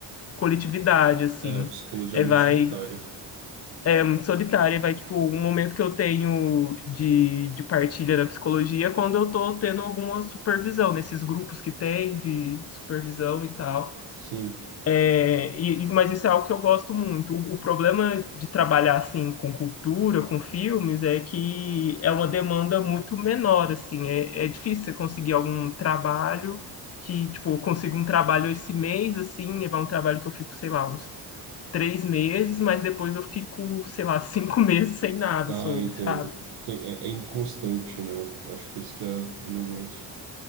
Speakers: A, on the left; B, on the right.
A: coletividade, assim
B: É, a psicologia
A: é,
B: é muito
A: vai
B: solitária.
A: muito solitária, vai, tipo, um momento que eu tenho de, de partilha na psicologia é quando eu tô tendo alguma supervisão, nesses grupos que tem de supervisão e tal.
B: Sim.
A: É, e- e- mas isso é algo que eu gosto muito. O, o problema de trabalhar assim com cultura, com filmes, é que é uma demanda muito menor, assim. É, é difícil você conseguir algum trabalho que, tipo, eu consigo um trabalho esse mês, assim, é um trabalho que eu fico, sei lá, uns três meses, mas depois eu fico, sei lá, <laughs> cinco meses sem nada
B: Ah,
A: sobre,
B: entendo.
A: sabe?
B: Tem- é, é inconstante, né? Acho que esse que é o negócio.